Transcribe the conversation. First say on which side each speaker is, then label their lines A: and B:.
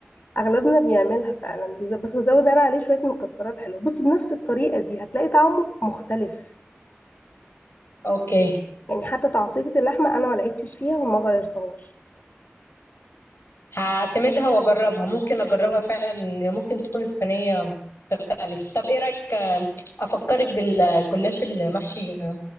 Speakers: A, on the left (about 55°); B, on the left (about 70°).
A: اغلبنا بيعملها فعلا بيز- بس بزود انا عليه شويه مكسرات حلوه بصي بنفس الطريقه دي هتلاقي طعمه مختلف
B: اوكي
A: يعني حتى تعصيجة اللحمه انا ما لعبتش فيها وما غيرتهاش
B: هعتمدها واجربها ممكن اجربها فعلا ممكن تكون الصينية تختلف طب ايه رأيك آه، افكرك بالجلاش المحشي آه،